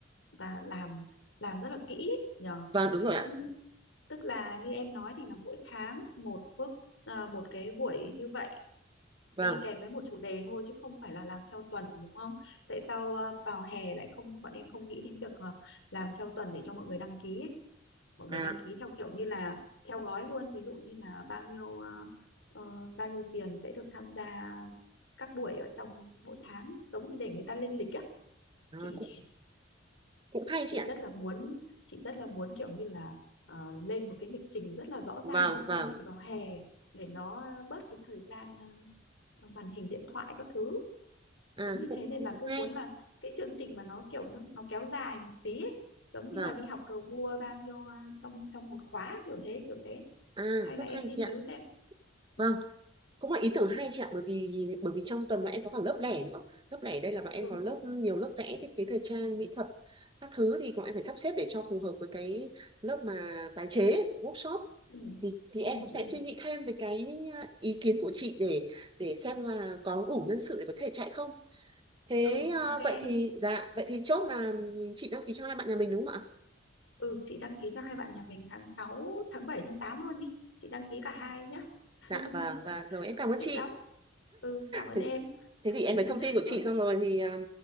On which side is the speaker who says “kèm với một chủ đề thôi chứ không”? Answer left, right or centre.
Left